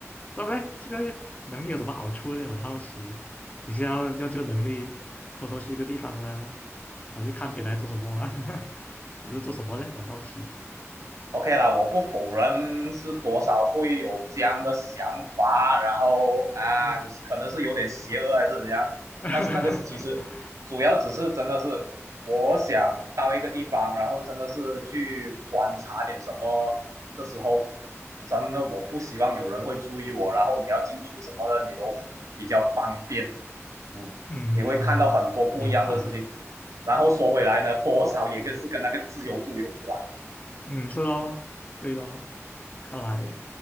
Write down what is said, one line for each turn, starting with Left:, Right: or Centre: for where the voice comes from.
Left: 对不对？这个能力有什么好处呢？我很好奇，你是要用这个能力偷偷去一个地方呢，还是看别人在做什么啊，<laughs> 还是做什么呢？我很好奇。
Right: OK 啦，我不否认是多少会有这样的想法，然后啊，
Left: 嗯
Right: 就是可能是有点邪恶还是怎样，
Left: <laughs>
Right: 但是那个是其实主要只是真的是我想到一个地方，然后真的是去观察点什么的时候，真的我不希望有人会注意我，然后你要进出什么的你都比较方便，嗯，
Left: 嗯，
Right: 你会看到很多不一样的事情，
Left: 明白。
Right: 然后说回来呢，多少也跟是跟那个自由度有关
Left: 嗯，是咯，对咯，看来